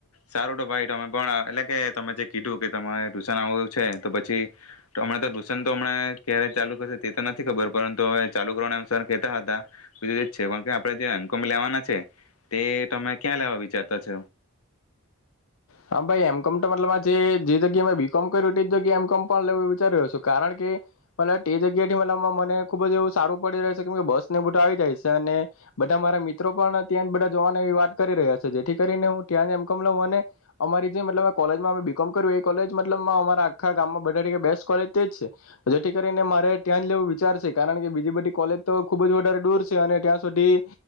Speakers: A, on the left; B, on the left.
A: સારું ભાઈ તમે પણ એટલે કે તમે જે કીધું કે ટુશન આવ છે તો પછી હમણાં ટ્યુશન તો હમણાં ક્યારે ચાલુ કરશે તે તો નથી ખબર પરંતુ હવે ચાલુ કરવાના નુ સર કેહતા હતા બીું જ છે કે આપણે જેમ એમ કોમ લેવાના છે તે તમે ક્યાં લેવા વિચારતા છ
B: હા ભાઈ એમ કોમ તોતલબ જે જગ્યા બીકોમ કર્યું તે જગ્યાએ એમમ પણ લેું એ વિચારી રહ્યો છું કારણ કે મત તે જગ્યા થી મત મને ખુબ જ એવું સારું પડી રહ્યું છે કે બસ ને બટું આવી જાય છે અને બધા મારા મિત્રો પણ ત્યાં જ બધા જોવાની એ વાત કરી રહ્યા છે જેથી કરીને હું ત્યાં એમમ કોમ લઉ મને અમારી જે મતલ કોલેજમાં અ બીકોમ કર એ કોલેજ મતલબ અમારા આખા ગામમાં બધા બેસ્ટ કોલેજ તે છે જેથી કરીને મારે ત્યાં જ લેવું વિચાર છે કારણ કે બીજી બધી કોલેજ તો ખુબ જ વધારે દૂર છે અને ત્યાં સુધી